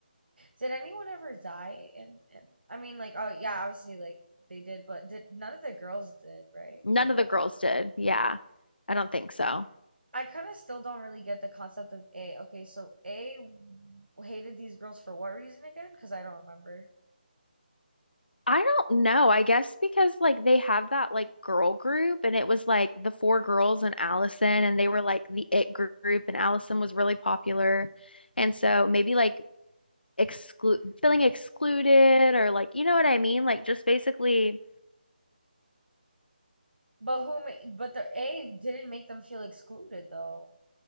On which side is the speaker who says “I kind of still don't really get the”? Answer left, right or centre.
Right